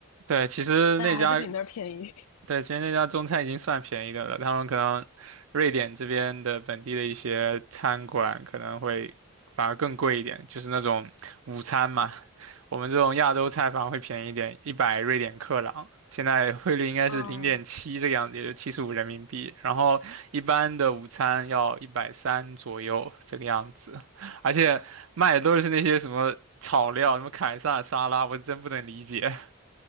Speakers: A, on the right; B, on the left.
A: 对，其实那家
B: 但还是比那儿便宜。
A: 对，其实那家中餐已经算便宜的了，他们可能瑞典这边的本地的一些餐馆可能会反而更贵一点，就是那种午餐嘛，我们这种亚洲菜反而会便宜一点，一百瑞典克朗，现在汇率应该是零点七这个样子，
B: <laughs> 嗯，
A: 也就七十五人民币，然后一般的午餐要一百三左右这个样子，而且卖的都是那些什么草料，什么凯撒沙拉，我真不能理解，